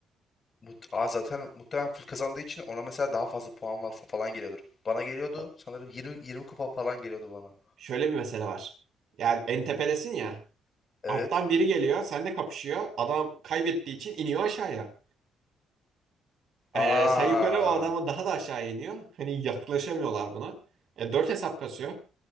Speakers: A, on the left; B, on the right.
A: Mut- Aa, zaten muhtemelen full kazandığı için ona mesela daha fazla puan varsa falan geliyordur. Bana geliyordu
B: Bak,
A: sanırım 20 20 kupa falan geliyordu bana.
B: şöyle bir mesele var. Yani en tepedesin ya.
A: Evet.
B: Alttan biri geliyor. Seninle kapışıyor. Adam kaybettiği için iniyor aşağıya. Ee,
A: Aa,
B: sen yukarı o adama daha da aşağı iniyor. Hani yaklaşamıyorlar buna. E, dört hesap kasıyor.